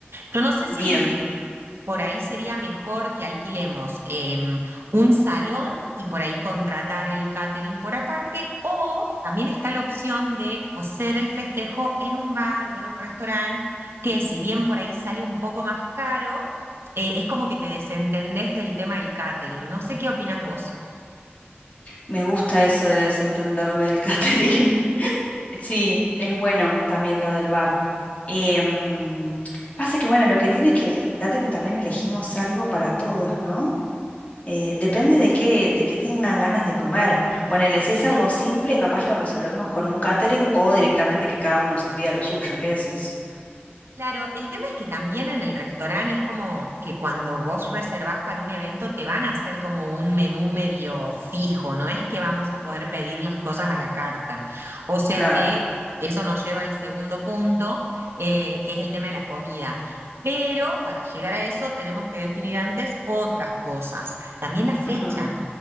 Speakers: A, on the right (about 80°); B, on the left (about 35°).
A: Yo no sé si
B: Bien,
A: por ahí sería mejor que alquilemos em, un salón y por ahí contratar el catering por aparte, o también está la opción de hacer el festejo en un bar o en un restaurante, que si bien por ahí sale un poco más caro, eh, es como que te desentendés del tema del catering. No sé qué opinas vos.
B: me gusta eso de desentenderme del catering. <laughs> Sí, es bueno también lo del bar. Em, pasa que bueno, lo que tiene es que el catering también elegimos algo para todos, ¿no? Eh, depende de qué, de qué tengan ganas de comer. Ponele, si es algo simple, capaz lo resolvemos con un catering o directamente que cada uno se pida lo suyo. ¿Qué decís?
A: Claro, el tema es que también en el restaurante es como que cuando vos reservás para un evento te van a hacer como un menú medio fijo, no es que vamos a poder pedir las cosas a la carta. O sea
B: Claro,
A: que eso nos lleva al segundo punto, eh, que es el tema de la comida. Pero para llegar a eso tenemos que definir antes otras cosas. También la fecha.
B: ujú,